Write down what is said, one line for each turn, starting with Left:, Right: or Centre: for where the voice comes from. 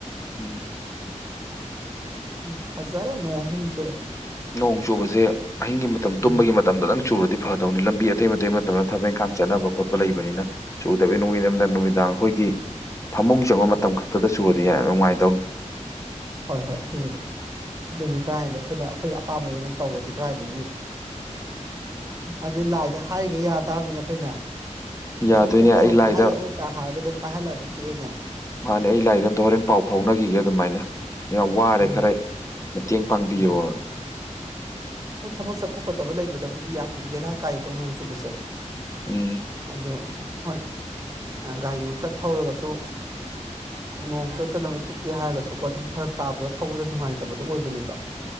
Left: ꯎꯝ
Right: ꯎꯝ ꯐꯥꯖꯥꯔꯦ ꯅꯣꯡꯁꯦ ꯑꯃꯨꯛ ꯆꯨꯔꯛꯑꯦ
Left: ꯅꯣꯡ ꯆꯨꯕꯁꯦ ꯑꯍꯤꯡꯒꯤ ꯃꯇꯝ
Right: ꯎꯝ
Left: ꯇꯨꯝꯕꯒꯤ ꯃꯇꯝꯗꯪ ꯆꯨꯔꯗꯤ ꯐꯗꯧꯅꯤ ꯂꯝꯕꯤ ꯑꯇꯩ ꯑꯇꯩ ꯃꯇꯝꯗ ꯊꯕꯛ ꯏꯪꯈꯥꯡ ꯆꯠꯅꯕ ꯈꯣꯠꯄ ꯂꯩꯕꯅꯤꯅ ꯆꯨꯗꯕꯤ ꯅꯣꯡꯃꯤꯗꯪ ꯅꯨꯃꯤꯗꯥꯡ ꯑꯩꯈꯣꯏꯒꯤ ꯐꯃꯨꯡ ꯆꯪꯕ ꯃꯇꯝ ꯈꯛꯇꯗ ꯆꯨꯔꯗꯤ ꯌꯥ ꯅꯨꯡꯉꯥꯏꯗꯧꯅꯤ
Right: ꯍꯣꯏ ꯍꯣꯏ ꯑꯗꯨꯕꯨꯗꯤ ꯑꯗꯨꯕꯨꯗꯤ ꯀꯗꯥꯥꯏꯗꯒꯤ ꯑꯩꯈꯣꯏꯅ ꯑꯩꯈꯣꯏ ꯑꯄꯥꯝꯕꯗ ꯑꯗꯨ ꯇꯧꯕꯗꯤ ꯀꯗꯥꯏꯗꯒꯤ ꯑꯗꯨꯩ ꯂꯥꯏꯗ ꯍꯥꯏꯔꯤꯒ ꯌꯥ ꯇꯥꯕꯅꯤꯅ ꯑꯩꯈꯣꯏꯅ
Left: ꯌꯥꯗꯣꯏꯅꯦ
Right: ꯑꯩꯈꯣꯏ ꯄꯩꯁꯥ
Left: ꯑꯩ ꯂꯥꯏꯗ
Right: ꯄꯥꯏꯍꯜꯂꯛꯎꯒ ꯍꯥꯏꯔꯒ ꯑꯗꯨꯝ ꯄꯥꯏꯍꯜꯂꯛꯑꯗꯤ ꯇꯣꯛꯑꯦꯅꯦ
Left: ꯃꯥꯅꯦ ꯑꯩ ꯂꯥꯏꯗ ꯑꯝꯇ ꯍꯣꯔꯦꯟ ꯄꯥꯎ ꯐꯥꯎꯅꯈꯤꯒꯦ ꯑꯗꯨꯃꯥꯏꯅ ꯌꯥꯝ ꯋꯥꯔꯦ
Right: ꯎꯝ
Left: ꯈꯔ ꯃꯇꯦꯡ ꯄꯥꯡꯕꯤꯔꯣ
Right: ꯍꯣꯏ ꯍꯣꯏ ꯊꯕꯛ ꯆꯠꯊꯣꯛꯀꯗꯕ ꯂꯩꯕꯗꯕꯨꯗꯤ ꯌꯥꯝꯅ ꯕꯦꯔꯥ ꯀꯥꯏꯀꯣ ꯅꯣꯡ ꯆꯨꯕꯁꯦ
Left: ꯎꯝ
Right: ꯑ ꯍꯣꯏ ꯒꯥꯔꯤ ꯑꯝꯇ ꯊꯧꯔꯒꯁꯨ ꯅꯣꯡ ꯆꯣꯠꯇꯅꯕ ꯇꯨꯞꯄꯦ ꯍꯥꯏꯔꯒꯁꯨꯀꯣ ꯑꯗꯨꯝ ꯐꯔꯛ ꯇꯥꯕꯗꯣ ꯊꯧꯕꯗ ꯅꯨꯡꯉꯥꯏꯇꯕꯗꯣ ꯑꯣꯏꯕꯅꯦꯕ